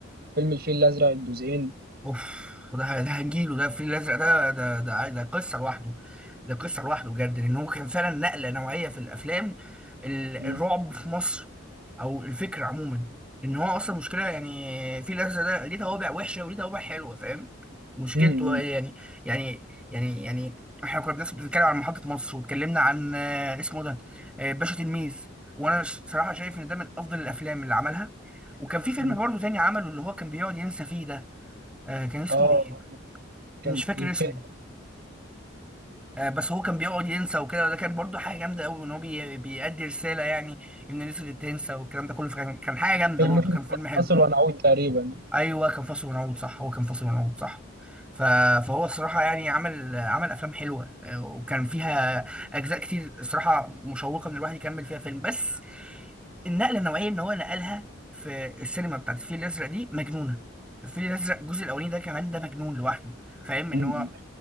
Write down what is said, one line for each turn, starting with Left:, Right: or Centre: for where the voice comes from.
Right: فيلم الفيل الازرق الجزئين
Centre: اوف وده ده هنجيله ده الفيل الازرق ده ده ده ده قصه لوحده ده قصه لوحده بجد لان هو كان فعلا نقله نوعيه في الافلام ال-
Right: مم.
Centre: الرعب في مصر او الفكره عموما ان هو اصلا مشكله يعني الفيل الازرق ده ليه توابع وحشه وليه توابع حلوه فاهم مشكلته
Right: مم.
Centre: يعني يعني يعني يعني احنا كنا الناس بتتكلم عن محطه مصر واتكلمنا عن آه، اسمه ده آه، باشا تلميذ وانا صراحه شايف ان ده من افضل الافلام اللي عملها وكان في فيلم
Right: مم.
Centre: برضه تاني عمله اللي هو كان بيقعد ينسى فيه ده آه كان اسمه
Right: اه
Centre: ايه
Right: كان
Centre: مش فاكر
Right: الفيلم
Centre: اسمه آه بس هو كان بيقعد ينسى وكده وده كان برضو حاجه جامده قوي ان هو بي... بيأدي رساله يعني ان الناس اللي تنسى والكلام ده كله فكان كان حاجه جامده
Right: فيلم
Centre: برضو
Right: اسمه
Centre: كان فيلم حلو
Right: فاصل ونعود تقريبا
Centre: ايوه كان فاصل ونعود صح هو كان فاصل ونعود صح ف... فهو الصراحه يعني عمل عمل افلام حلوه آه، وكان فيها اجزاء كتير الصراحه مشوقه ان الواحد يكمل فيها فيلم بس النقله النوعيه ان هو نقلها في السينما بتاعت الفيل الازرق دي مجنونه الفيل الازرق الجزء الاولاني ده كمان ده مجنون لوحده فاهم
Right: مم.
Centre: ان هو